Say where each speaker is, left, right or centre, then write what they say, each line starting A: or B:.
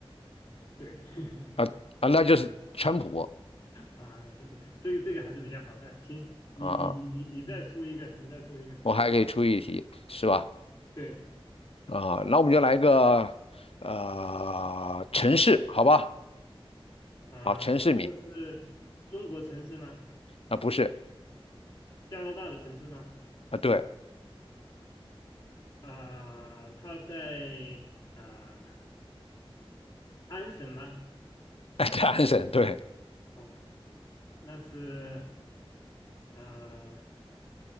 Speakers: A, on the left; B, on the left.
A: 对，<laughs>
B: 啊啊，那就是川普
A: 啊，是是，这个这个还是比较好猜。行，你你你你你再出一个，
B: 啊啊，
A: 你再出一个，
B: 我还可以出一题，是吧？
A: 对，
B: 啊，那我们就来个呃城市，好吧？
A: 啊、
B: 啊，城市名
A: 你这个是中国城市吗？
B: 啊，不是
A: 加拿大的城市吗？
B: 啊，对，
A: 啊、它在啊、安省吗？
B: <laughs> 在安省，对，
A: 哦，那是啊、